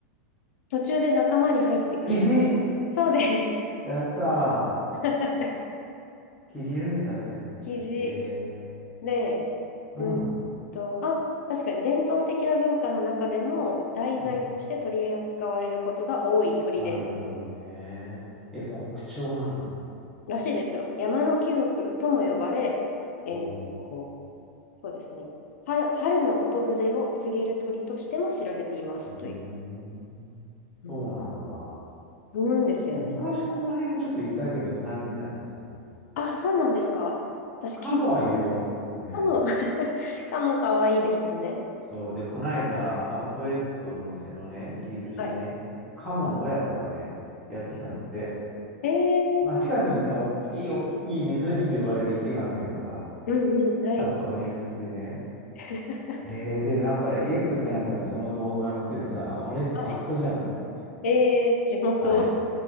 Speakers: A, on the left; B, in the centre.
A: 途中で仲間に入ってくるやつ。
B: キジ
A: そうです。
B: やった
A: <laughs>
B: ー。キジいるね、確かにね。
A: キジ。
B: え
A: で、
B: ー、
A: うん
B: うん。
A: と、あ、確かに伝統的な文化の中でも題材として取り扱われることが多い鳥です。
B: うん。なるほどね。え、国鳥なんだ。
A: らしいですよ。山の貴族とも呼ばれ、えーと、
B: えー、
A: そうですね。春、春の訪れを告げる鳥としても知られていますという。
B: うーん。
A: うん
B: そうなんだ。
A: うーんですよね。
B: 昔この辺もちょっといたけど、最近見なくなっちゃったな。
A: あ、そうなんですか。私、
B: カモはいるよ、
A: き、
B: この辺。
A: かも、<laughs> カモかも可愛いですよね。
B: そう。で、こないだ、アウトレットの店のね、入り口にね、
A: はい。
B: カモの親子がね、やってきたんだって。
A: えー、
B: まあ、近くにさ、おっきいおっきい湖と呼ばれる池があるんだけどさ、
A: うんうん、はい。
B: 多分そこにいる人でね。
A: <laughs>
B: へえ、で、なんか、X かなんかにその動画が載っててさ、あれ、
A: はい。
B: あそこじゃんと思って。
A: <laughs> えー、地元。
B: はい、